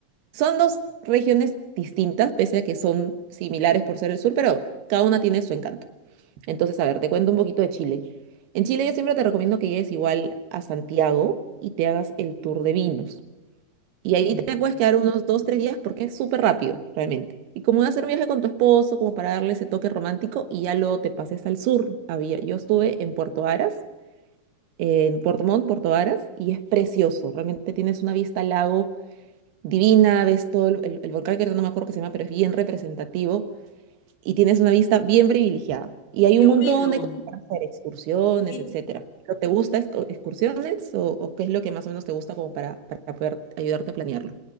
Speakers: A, on the right; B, on the left.
A: son dos regiones distintas, pese a que son similares por ser el sur, pero cada una tiene su encanto. Entonces, a ver, te cuento un poquito de Chile. En Chile yo siempre te recomiendo que llegues igual a Santiago y te hagas el tour de vinos. Y ahí
B: Mm.
A: te puedes quedar unos dos, tres días porque es súper rápido, realmente. Y como va a ser un viaje con tu esposo, como para darle ese toque romántico, y ya luego te pases al sur. Había, yo estuve en Puerto Varas en Puerto Montt, Puerto Varas y es precioso. Realmente tienes una vista al lago divina, ves todo el, el- el volcán que ahorita no me acuerdo que se llama, pero es bien representativo y tienes una vista bien privilegiada. Y hay
B: Qué
A: un
B: bueno,
A: montón de cosas para hacer, excursiones,
B: qué
A: etcétera. ¿Pero ¿Te gusta esto- excursiones o, o qué es lo que más o menos te gusta como para, para poder ayudarte a planearlo?